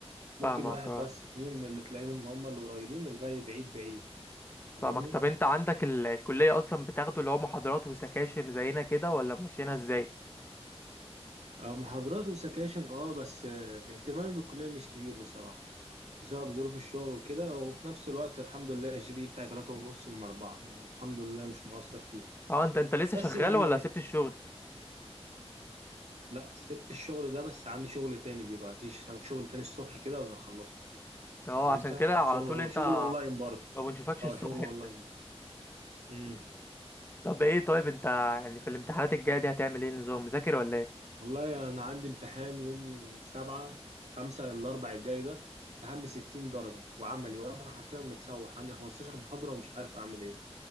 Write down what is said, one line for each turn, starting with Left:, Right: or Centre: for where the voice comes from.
Right: ممكن
Left: فاهمك
Right: واحد
Left: اه
Right: بس اتنين اللي تلاقيهم هم اللي قريبين الباقي بعيد بعيد فاهمني
Left: فاهمك طب انت عندك ال- الكلية اصلا بتاخده اللي هو محاضرات وسكاشن زينا كده ولا ماشيينها ازاي
Right: آه، محاضرات وسكاشن اه بس آه، اهتمامي بالكلية مش كبير بصراحة بسبب ظروف الشغل وكده وفي نفس الوقت الحمد لله الجي بي إيه بتاعي تلاتة ونص من أربعة يعني الحمد لله مش مقصر فيها
Left: اه انت انت لسه
Right: بس
Left: شغال
Right: يعني
Left: ولا سبت الشغل
Right: لا سبت الشغل ده بس عندي شغل تاني بيبقى في ش- شغل تاني الصبح كده وبخلصه
Left: اه
Right: فاهم انت
Left: عشان كده على
Right: شغل
Left: طول انت
Right: شغل اونلاين برضه
Left: ما بنشوفكش
Right: اه
Left: الصبح
Right: شغل
Left: انت
Right: اونلاين برضه امم
Left: طب ايه طيب انت يعني في الامتحانات الجاية دي هتعمل ايه نظام مذاكر ولا ايه
Right: والله أنا عندي امتحان يوم سبعة خمسة الأربع الجاي ده امتحان بستين درجة وعملي وأنا حرفيا متسوح عندي خمستاشر محاضرة ومش عارف أعمل إيه